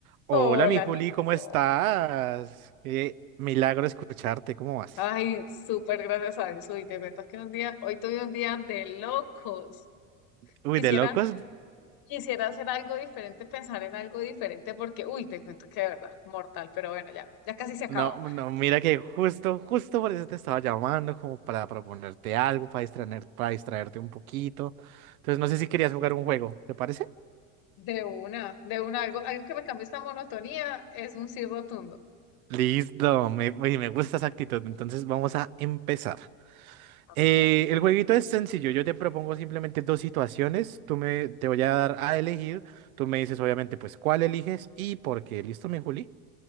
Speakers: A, on the right; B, on the left.
A: Hola,
B: Hola,
A: mi Juli,
B: Nico.
A: ¿cómo estás? Qué milagro escucharte, ¿cómo vas?
B: Ay, súper gracias a Dios. Uy, te cuento que un día, hoy tuve un día de locos.
A: Uy,
B: Quisiera,
A: de locos.
B: quisiera hacer algo diferente, pensar en algo diferente, porque, uy, te cuento que de verdad, mortal, pero bueno, ya, ya casi se acaba.
A: No, no, mira que justo, justo por eso te estaba llamando, como para proponerte algo, para distraer, para distraerte un poquito. Entonces, no sé si querías jugar un juego, ¿te parece?
B: De una, de una, algo, algo que me cambie esta monotonía es un sí rotundo.
A: Listo, me, uy, me gusta esa actitud. Entonces, vamos a empezar.
B: A
A: Eh,
B: ver,
A: el jueguito es sencillo. Yo te propongo simplemente dos situaciones. Tú me, te voy a dar a elegir. Tú me dices, obviamente, pues, cuál eliges y por qué. ¿Listo, mi Juli?